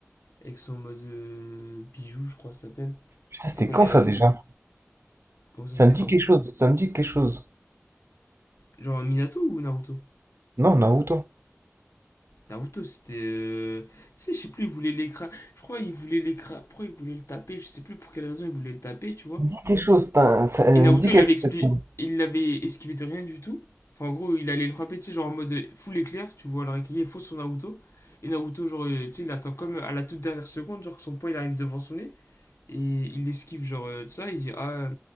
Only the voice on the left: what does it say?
avec son mode. euh, bijou, je crois, que ça s'appelle.
Tu
sais, quand
il est.
euh,
Comment ça,
c'était
quand?
Genre Minato ou Naruto?
Naruto, c'était. euh, Tu sais, je sais plus, il voulait l'écra... Je crois il voulait l'écra... Pourquoi il voulait le taper? Je sais plus pour quelle raison il voulait le taper, tu vois.
Et Naruto,
il
l'avait
expliqué...
il l'avait esquivé de rien du tout. Enfin, en gros, il allait le frapper, tu sais, genre en mode euh, full éclair, tu vois, le Raikage est faux sur Naruto. Et Naruto, genre, euh, tu sais, il attend comme à la toute dernière seconde, genre que son poing il arrive devant son nez. Et il l'esquive, genre, euh, de ça. Il dit, ah, euh,